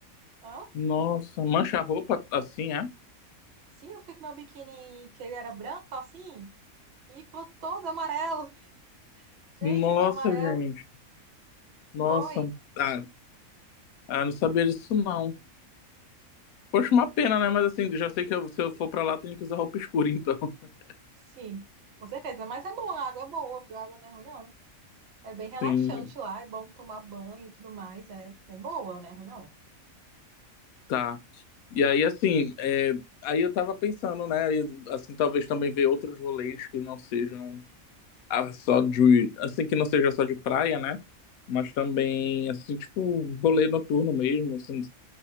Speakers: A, on the right; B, on the left.
A: Hã?
B: Nossa, mancha a roupa assim, é?
A: Sim, eu fui com meu biquíni, que ele era branco assim, e ficou todo amarelo. <laughs> Gente,
B: Nossa,
A: ficou amarelo.
B: gente. Nossa,
A: Foi.
B: ah, ah, não sabia disso não. Poxa, uma pena,
A: Foi sim.
B: né? Mas assim, já sei que eu- se eu for pra lá, eu tenho que usar roupa escura, então. <laughs>
A: Sim, com certeza. Mas é bom, a água é boa, viu? A água não é ruim, não. É bem relaxante
B: Sim,
A: lá, é bom tomar banho e tudo mais. É, é boa, não é ruim, não.
B: tá. E aí, assim, é, aí eu tava pensando, né? aí, assim, talvez também ver outros rolês que não sejam a- só de. Assim, que não seja só de praia, né? Mas também, assim, tipo, rolê noturno mesmo, assim,